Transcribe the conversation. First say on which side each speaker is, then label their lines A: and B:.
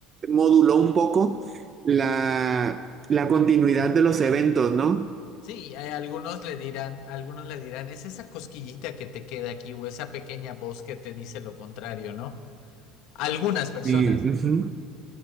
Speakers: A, on the right; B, on the left.
A: moduló un poco la la continuidad de los eventos, ¿no?
B: sí, hay algunos le dirán, algunos le dirán, es esa cosquillita que te queda aquí o esa pequeña voz que te dice lo contrario, ¿no? Algunas personas.
A: Sí, ujú.